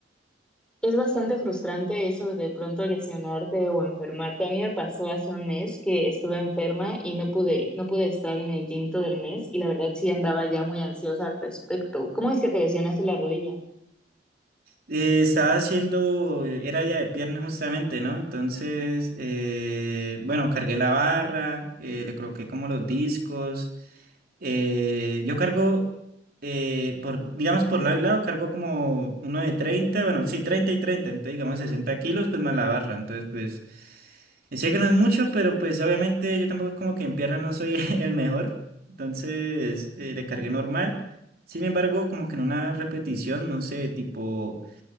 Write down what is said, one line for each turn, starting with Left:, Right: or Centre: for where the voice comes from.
Centre: Es bastante frustrante eso de pronto lesionarte o enfermarte. A mí me pasó hace un mes que estuve enferma y no pude, no pude estar en el gym todo el mes y la verdad sí andaba ya muy ansiosa al respecto. ¿Cómo es que te lesionaste la rodilla?
Right: Eh, estaba haciendo, eh, era ya de piernas justamente, ¿no? Entonces, eh, bueno, cargué la barra, eh, le coloqué como los discos. eh, yo cargo, eh, por, digamos, por lado y lado, cargo como uno de 30, bueno, sí, 30 y 30, entonces digamos 60 kilos, pues más la barra. Entonces, pues, sé que no es mucho, pero pues obviamente yo tampoco como que en pierna no soy <laughs> el mejor. Entonces, eh, le cargué normal. Sin embargo, como que en una repetición, no sé, tipo